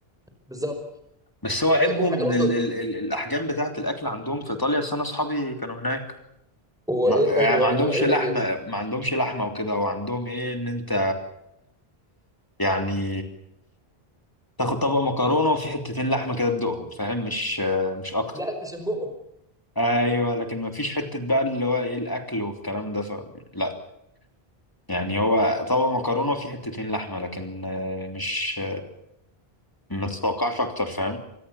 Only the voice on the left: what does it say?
بس هو عيبهم
من
ال ال ال الاحجام بتاعه الاكل عندهم في ايطاليا أصل انا اصحابي كانوا هناك
ما,
يعني
ما عندهمش
لحمه
ما عندهمش لحمه وكده وعندهم ايه ان انت يعني تاخد طبق مكرونه وفي حتتين لحمه كده تدوقهم فاهم مش مش اكتر
ايوه لكن ما فيش حته بقى اللي هو ايه الاكل والكلام ده ف... لا يعني هو طبق مكرونه وفي حتتين لحمه لكن آه، مش ما تتوقعش اكتر فاهم